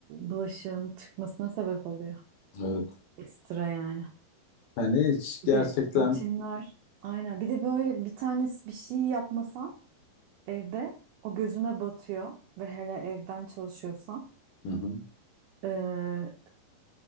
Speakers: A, on the right; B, on the left.
A: bulaşığın çıkmasına sebep oluyor.
B: Evet.
A: Ekstra yani.
B: Hani hiç
A: Bir
B: gerçekten
A: de rutinler aynen bir de böyle bir tanesi bir şey yapmasan Evde o gözüne batıyor ve hele evden çalışıyorsan
B: Hı hı,
A: eee,